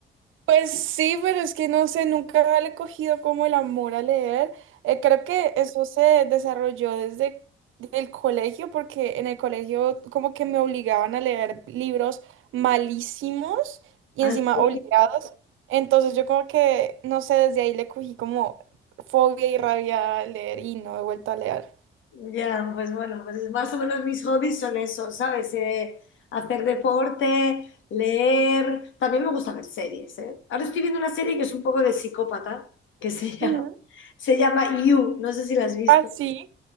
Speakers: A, on the right; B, on the left.
A: Pues sí, pero es que no sé, nunca le he cogido como el amor a leer. Eh, creo que eso se desarrolló desde el colegio, porque en el colegio como que me obligaban a leer libros malísimos y
B: Así.
A: encima obligados. Entonces yo como que, no sé, desde ahí le cogí como fobia y rabia a leer y no he vuelto a leer.
B: Ya, pues bueno, pues más o menos mis hobbies son esos, ¿sabes? Eh, hacer deporte, leer. También me gusta ver series, ¿eh? Ahora estoy viendo una serie que es un poco de psicópata, que se <laughs> llama,
A: Ujú.
B: se llama You. No sé si la has visto.
A: Ah, sí.